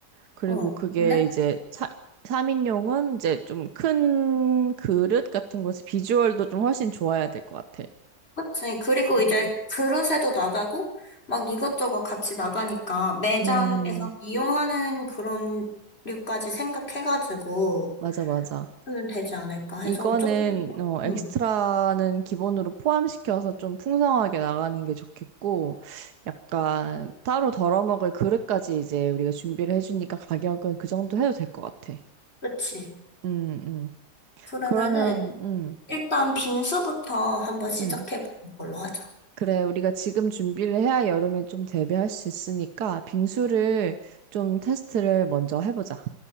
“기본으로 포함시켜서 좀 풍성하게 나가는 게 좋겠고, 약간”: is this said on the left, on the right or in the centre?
Right